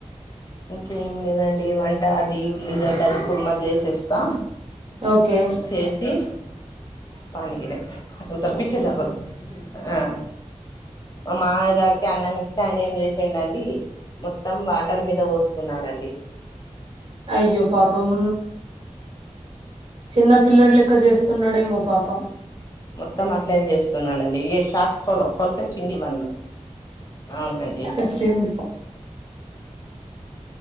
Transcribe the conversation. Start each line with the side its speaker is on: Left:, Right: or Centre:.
Left: ఇంకేంలేదండి వంట అది ఉల్లిగడ్డ అది కుర్మా చేసేస్తా
Right: ఓకే
Left: చేసి పనికగిరీ ఉదారు పిచ్చే జలో ఆ మా మామయ్య గారికి అన్నం ఇస్తే ఆయన ఏం చేసేండండి మొత్తం వాటర్ మ మీద పోసుకున్నారండి
Right: అయ్యో పాపం చిన్న పిల్లోడు లెక్క చేస్తున్నాడే మో పాపం
Left: మొత్తం అట్లనే చేస్తున్నాడండి ఏ షాట్ కోలో కోల్కచ్చిందిడి వన్లో అవునండి
Right: చెప్పింది